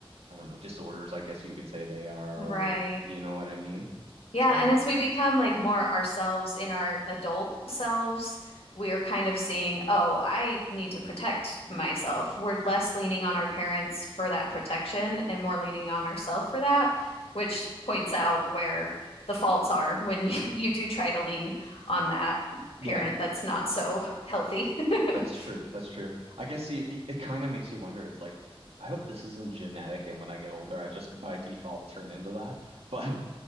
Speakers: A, on the right; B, on the left.
A: I don't know, disorders, I guess you could say they are,
B: Right.
A: or you know what I mean?
B: Yeah.
A: So,
B: And as we become like more ourselves in our adult selves, we are kind of seeing, oh, I need to protect myself. We're less leaning on our parents for that protection and more leaning on ourselves for that, which points out where the faults are when <laughs> you, you do try to lean on that
A: yeah,
B: parent that's not so healthy. <laughs>
A: that's true. That's true. I guess it, it kind of makes you wonder. It's like, I hope this isn't genetic and when I get older, I just by default turn into that. <laughs> But